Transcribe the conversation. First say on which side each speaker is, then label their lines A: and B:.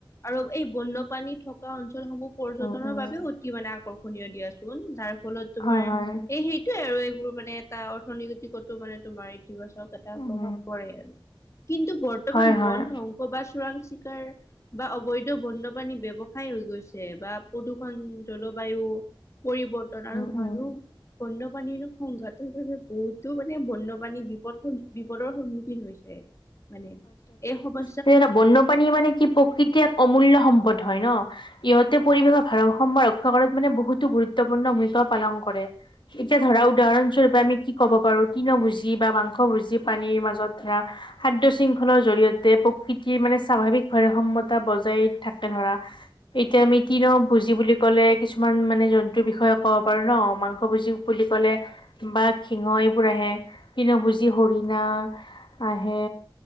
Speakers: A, on the left (about 35°); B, on the left (about 65°).
A: আৰু এই বন্যপ্ৰানী থকা অঞ্চলসমূহ পৰ্যটনৰ
B: উম উম
A: বাবে অতি মানে আকৰ্ষণীয় দিয়াচোন যাৰ ফলত তোমাৰ
B: হয় হয়
A: এই সেই সেইয়ে আৰু এইবোৰ মানে এটা অৰ্থনৈতিকতো মানে তোমাৰ ইতিবাচক এটা
B: উম
A: প্ৰভাৱ পৰে আৰু, কিন্তু বৰ্তমান
B: হয় হয়
A: বন ধ্বংস বা চোৰাং চিকাৰ বা অবৈধ বন্যপ্ৰাণী ব্যৱসায় হৈ গৈছে বা প্ৰদূষণ, জলবায়ু পৰিৱৰ্তন আৰু
B: উম
A: মানুহ
B: উম
A: বন্যপ্ৰাণীৰ সংঘাতৰ বাবে বহুতো মানে বন্যপ্ৰাণী বিপদ বিপদৰ সন্মুখীন হৈছে। মানে, এই সবা
B: সেই এটা বন্যপ্ৰাণী মানে কি প্ৰকৃতি এক অমূল্য সম্পদ হয় ন। ইহঁতে পৰিৱেশৰ ভাৰসাম্য ৰক্ষা কৰাত মানে বহুতো গুৰুত্বপূৰ্ণ ভূমিকাও পালন কৰে। এতিয়া ধৰা উদাহৰণস্বৰূপে পৰা আমি কি ক'ব পাৰো তিন ভুজি বা মাংস ভুজি পানীৰ মাজত ধৰা <unintelligible> <unintelligible> শৃংখলৰ জৰিয়তে প্ৰকৃতিৰ মানে স্বাভাৱিকভাৱে সম্যতা বজাই থাকে ধৰা এতিয়া আমি তৃণ ভুজি বুলি ক'লে কিছুমান মানে জন্তুৰ বিষয়ে ক'ব পাৰো ন মাংস ভোজি বুলি ক'লে বাঘ, সিংহ এইবোৰ আহে কিন্তু তৃণ ভুজি হৰিণা আহে।